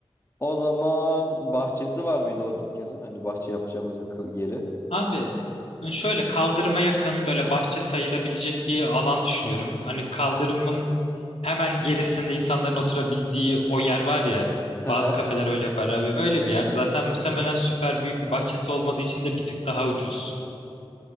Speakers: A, on the left (about 25°); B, on the left (about 85°).
A: O zaman bahçesi var mıydı o dükkanın? Hani bahçe yapacağımız bir kı- yeri.
B: Abi ben şöyle kaldırıma yakın böyle bahçe sayılabilecek bir alan düşünüyorum. Hani kaldırımın hemen gerisinde insanların oturabildiği o yer var ya.
A: <laughs>
B: Bazı kafeler öyle yapar abi. Öyle bir yer. Zaten muhtemelen süper büyük bir bahçesi olmadığı için de bir tık daha ucuz.